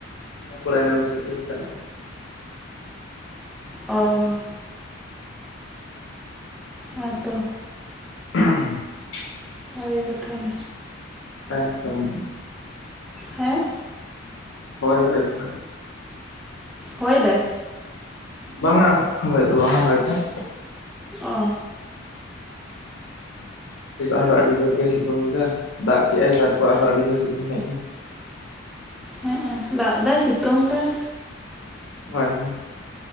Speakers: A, on the left; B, in the centre.
A: ᱵᱟᱸᱠᱩᱲᱟ ᱩᱱᱤᱵᱷᱟᱨᱥᱤᱴᱤ ᱪᱟᱞᱟᱜ
B: ᱚ ᱦᱮᱸ ᱛᱚ
A: <unintelligible>
B: ᱵᱷᱟᱜᱮ ᱠᱟᱛᱷᱟ ᱜᱮ
A: ᱮᱠᱫᱚᱢ
B: ᱦᱮᱸ
A: ᱦᱳᱭ ᱦᱳᱭ ᱦᱳᱭ
B: ᱦᱳᱭ ᱵᱟᱭ
A: ᱵᱟᱝᱟ ᱦᱳᱭᱛᱚ ᱵᱟᱝᱟ ᱦᱳᱭ ᱫᱟᱭ
B: ᱚ
A: ᱟᱨᱚ ᱟᱹᱰᱤ ᱡᱳᱨ ᱜᱮ ᱥᱤᱛᱩᱝ ᱮ ᱫᱟᱜ ᱠᱮᱫᱮᱜᱟᱭ ᱛᱟᱨᱯᱚᱨ
B: ᱦᱮᱸ
A: ᱟᱨᱦᱚᱸ ᱟᱹᱰᱤ ᱡᱳᱨ ᱥᱤᱛᱩᱝ ᱦᱮᱡ ᱮᱱᱟ
B: ᱦᱮᱸ ᱫᱟᱜ ᱫᱟᱭ ᱥᱤᱛᱩᱝ ᱫᱟᱭ
A: ᱦᱳᱭ ᱦᱳᱭ